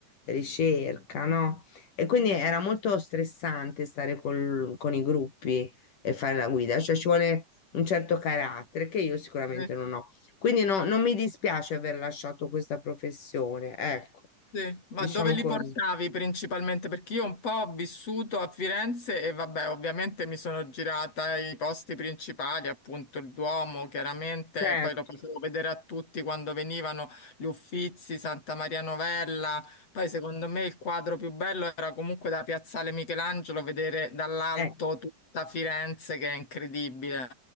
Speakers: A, on the left; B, on the left.
A: ricerca, no? E quindi era molto stressante stare col- con i gruppi e fare la guida, cioè ci vuole un certo carattere che io sicuramente
B: Eh.
A: non ho. Quindi no, non mi dispiace aver lasciato questa professione, ecco,
B: Sì, ma
A: diciamo
B: dove li
A: così.
B: portavi principalmente? Perché io un po' ho vissuto a Firenze e vabbè, ovviamente mi sono girata i posti principali, appunto il Duomo, chiaramente,
A: Certo.
B: poi lo facevo vedere a tutti quando venivano gli Uffizi, Santa Maria Novella, poi secondo me il quadro più bello era comunque da Piazzale Michelangelo vedere dall'alto
A: Eh,
B: tutta Firenze che è incredibile.